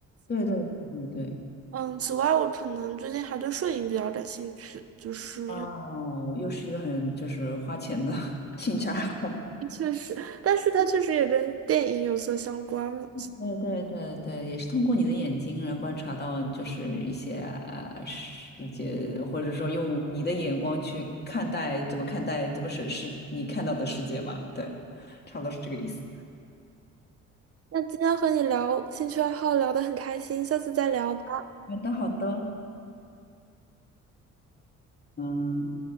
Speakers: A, on the left (about 35°); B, on the right (about 50°).
A: 对对对对对。
B: 嗯，此外，我可能最近还对摄影比较感兴趣，就是。
A: 哇哦，
B: 因为。
A: 又是一个很就是花钱的 <laughs> 兴趣爱好。
B: 确实，但是它确实也跟电影有所相关嘛。
A: 对对对对，也是通过你的眼睛来观察到，就是一些呃世界，或者说用你的眼光去看待，怎么看待，怎么审视你看到的世界吧。对，差不多是这个意思。
B: 那今天和你聊兴趣爱好聊得很开心，下次再聊。吧。
A: 好的，好的，嗯。